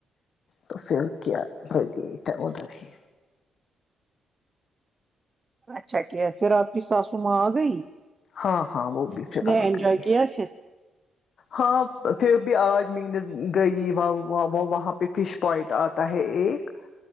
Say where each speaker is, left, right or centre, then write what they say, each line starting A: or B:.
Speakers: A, on the left; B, on the right.
A: تو پھر کیا پھر گئے تھے ادھر ہی
B: اچھا کیا پھر آپ کی ساسو ماں آ گئی
A: ہاں ہاں وہ بھی
B: اس
A: پھر
B: نے
A: آ
B: انجوائے
A: گئی ہے
B: کیا پھر
A: ہاں پھر بھی آج مینس گئی وہ وہاں پہ فش پوائنٹ آتا ہے ایک